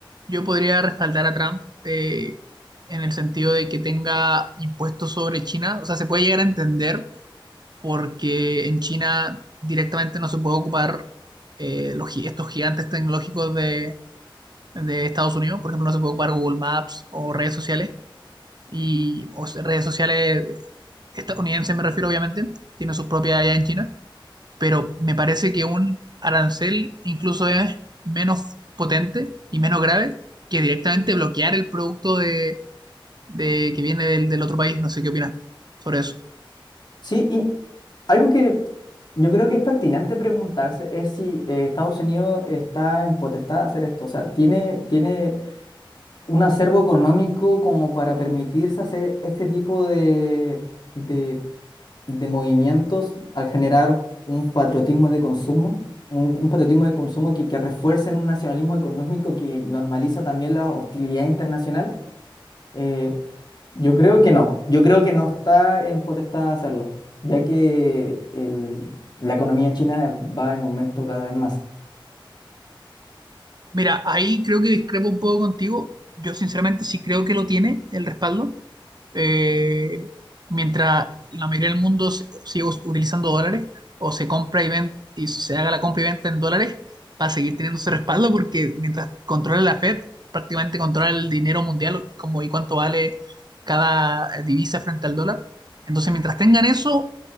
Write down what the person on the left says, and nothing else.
Sí, y algo que yo creo que es pertinente preguntarse es si eh, Estados Unidos está en potestad de hacer esto. O sea, ¿tiene, tiene un acervo económico como para permitirse hacer este tipo de, de de movimientos al generar un patriotismo de consumo, un, un patriotismo de consumo que, que refuerce un nacionalismo económico que normaliza también la hostilidad internacional? Eh, yo creo que no, yo creo que no está en potestad hacerlo, ya que el- la economía china va en aumento cada vez más.